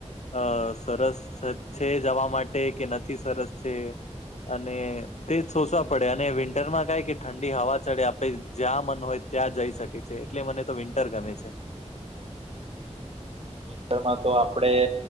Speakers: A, on the left; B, on the right.
A: અ સરસ છે જવા માટે કે નથી સરસ છે. અને તે સોચવા પડે અને વિન્ટર માં કઈ કે ઠંડી હવા ચડે આપણે. જ્યાં મન હોય ત્યાં જઈ શકે છે એટલે મને તો વિન્ટર ગમે છે.
B: વિન્ટરમાં તો આપડે